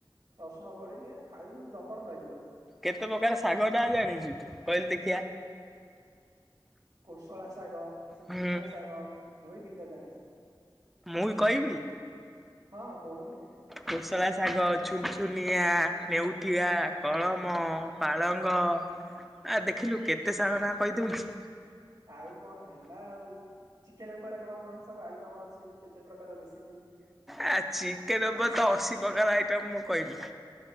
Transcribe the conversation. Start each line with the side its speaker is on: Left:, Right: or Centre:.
Right: ରସୁଣ ପଡିକି ଖାଇବୁ ଜବର ଲାଗିବ।
Centre: କେତେ ପ୍ରକାର ଶାଗ ନାଁ ଜାଣିଛି ତୁ କହିଲୁ ଦେ
Right: କୋଶଳା ଶାଗ ସୁନସୁନିଆ
Centre: ହୁଁ।
Right: ଶାଗ ମୁଁ ଏଇ ଦିଟା ଜାଣିଛି।
Centre: ମୁଁ ବି କହିବି?
Right: ହଁ କହୁନୁ?
Centre: କୋଶଳା ଶାଗ ଛୁନଛୁନିଆ ନେଉଠୀଆ କଳମ ପାଳଙ୍ଗ ଆ ଦେଖିଲୁ କେତେ ଶାଗ ନାଁ କହିଦେଉଛି।
Right: ଆଉ କଣ ହେଲା ଆଉ ଚିକେନ ଉପରେ କଣ କଣ ସବୁ ଆଇଟମ ଅଛି କେତେ ପ୍ରକାର ରେସିପି?
Centre: ଆ ଚିକେନ ଉପରେ ତ ଅଶୀ ପ୍ରକାର ଆଇଟମ ମୁଁ କହିବି?